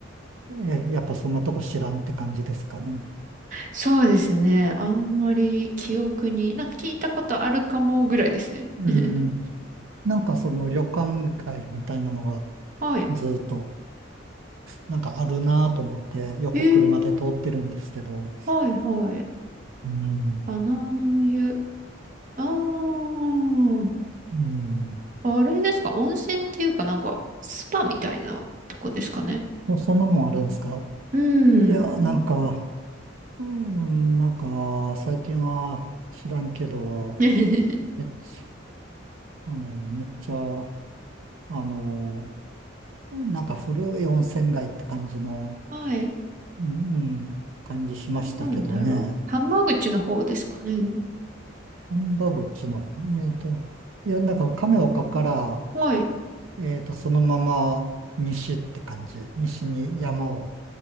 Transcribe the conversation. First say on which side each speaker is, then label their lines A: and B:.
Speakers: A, on the right (about 85°); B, on the right (about 40°).
A: えやっぱそんなとこ知らんって感じですかね。
B: そうですね。あんまり記憶に、なんか聞いたことあるかもぐらいですね。
A: うん、
B: <laughs>
A: なんかその旅館街みたいなのが
B: はい。
A: ずっとなんかあるなぁと思って横車で通ってるんですけど、
B: えー、はいはい。
A: うん、
B: 花の湯。あー
A: うん、
B: あれですか温泉っていうかなんか、スパみたいなとこですかね。
A: そそんなもんあるんですか
B: うーん。
A: いやー、なんか、うん、なんか最近は知らんけど、
B: <laughs>
A: めっちゃ、あの、めっちゃ、あの、なんか古い温泉街って感じの、
B: はい。
A: うん、うん感じしましたけどね。
B: なんだろう。浜口の方ですかね。
A: 神波口の、えっと、いや、だから亀岡から、
B: はい。
A: えっと、そのまま西って感じ。西に山を、